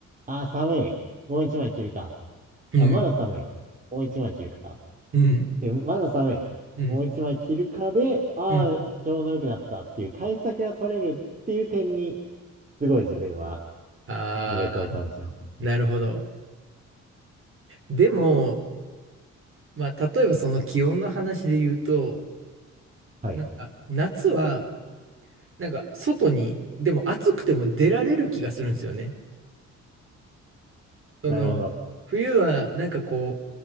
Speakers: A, on the right; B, on the right.
A: あー、寒い。もう一枚着るか。
B: うん。
A: あ、まだ寒い。もう一枚着るか。
B: う
A: え、まだ寒い。
B: ん。
A: もう一枚着るかで、あーちょうど良くなったっていう対策が取れるっていう点に、
B: うん。
A: すごい自分は
B: ああ。
A: 魅力を感じてます。
B: なるほど。でも、まあ、例えばその気温の話で言うと、
A: はい。
B: なんか夏は、なんか外に、でも暑くても出られる気がするんですよね。その、
A: なるほど。
B: 冬はなんかこ